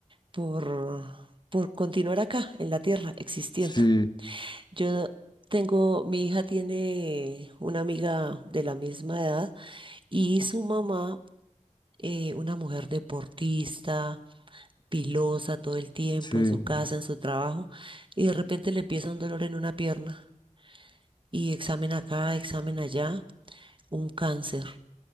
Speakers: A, on the right; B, on the left.
A: por, por continuar acá, en la tierra, existiendo.
B: sí,
A: Yo tengo, mi hija tiene una amiga de la misma edad y su mamá, eh, una mujer deportista pilosa todo el tiempo,
B: sí, en
A: en su casa, en su trabajo, y de repente le empieza un dolor en una pierna, y examen acá, examen allá, un cáncer